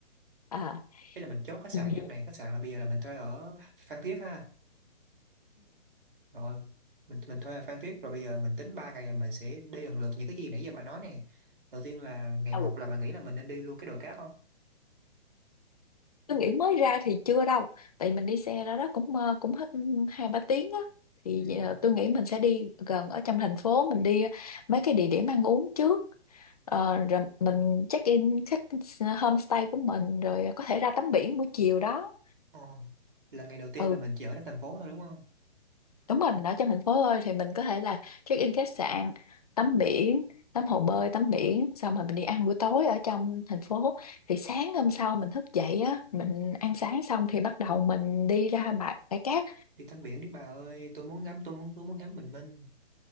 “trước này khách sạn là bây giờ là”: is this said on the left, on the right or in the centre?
Right